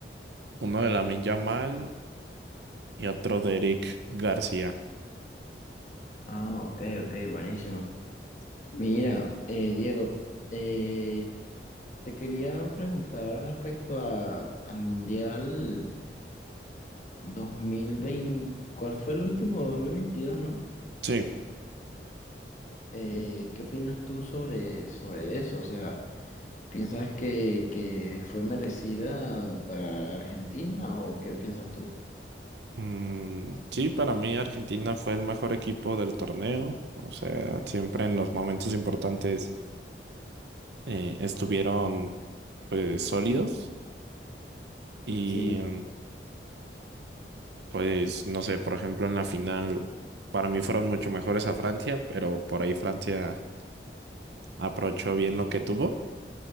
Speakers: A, on the right; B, on the left.
A: uno de Lamine Yamal y otro de Eric García.
B: Ah, ok, ok, buenísimo. Mira, eh, Diego, eh, te quería preguntar respecto a, al Mundial 2020, ¿cuál fue el último dos mil veintidós no?
A: Sí,
B: Eh, ¿qué opinas tú sobre, sobre eso? O sea, ¿piensas que, que fue merecida para Argentina o qué piensas tú?
A: mm, sí, para mí Argentina fue el mejor equipo del torneo. O sea, siempre en los momentos importantes eh, estuvieron pues, sólidos. Y
B: Sí,
A: mm, pues, no sé, por ejemplo, en la final, para mí fueron mucho mejores a Francia, pero por ahí Francia aprovechó bien lo que tuvo.